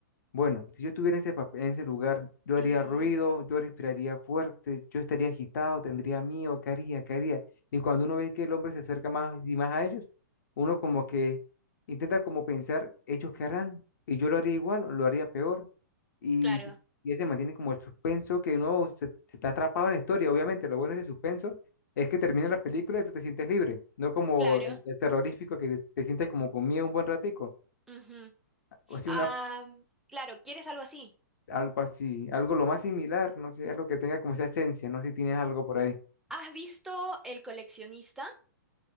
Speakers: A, on the left (about 65°); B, in the centre.
A: Bueno, si yo estuviera en ese, pap- en ese lugar, yo haría
B: ujú.
A: ruido, yo respiraría fuerte, yo estaría agitado, tendría miedo, ¿qué haría? ¿Qué haría? Y cuando uno ve que el hombre se acerca más y más a ellos, uno como que intenta como pensar, ellos qué harán, y yo lo haría igual, o lo haría peor, y,
B: Claro,
A: y ese mantiene como el suspenso que uno se, se está atrapado en la historia. Obviamente, lo bueno de ese suspenso es que termina la película y tú te sientes libre, no como
B: claro.
A: el, el terrorífico que te, te sientes como con miedo un buen ratico.
B: ujú.
A: O sea,
B: Ah,
A: una,
B: claro, ¿quieres algo así?
A: algo así, algo lo más similar, no sé, algo que tenga como esa esencia, no sé si tienes algo por ahí.
B: ¿Has visto El coleccionista?